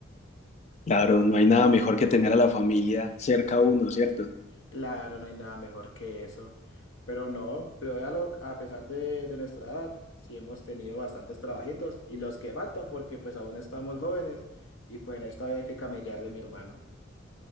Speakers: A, on the left; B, on the left.
A: Claro, no hay nada mejor que tener a la familia cerca a uno, ¿cierto?
B: Claro, no hay nada mejor que eso. Pero no, pero véalo, a pesar de, de nuestra edad, sí hemos tenido bastantes trabajitos y los que faltan porque pues aún estamos jóvenes y pues en esta vida hay que camellarle, mi hermano.